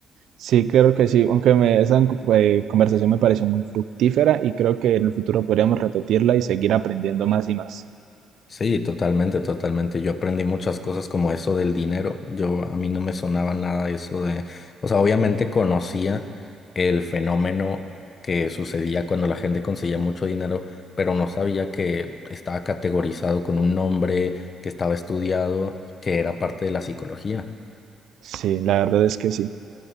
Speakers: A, on the right (about 75°); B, on the left (about 45°).
A: Sí, creo que sí, aunque me, esa eh, conversación me pareció muy fructífera y creo que en el futuro podríamos repetirla y seguir aprendiendo más y más.
B: Sí, totalmente, totalmente. Yo aprendí muchas cosas como eso del dinero. Yo a mí no me sonaba nada eso de, o sea, obviamente conocía el fenómeno que sucedía cuando la gente conseguía mucho dinero, pero no sabía que estaba categorizado con un nombre, que estaba estudiado, que era parte de la psicología.
A: Sí, la verdad es que sí.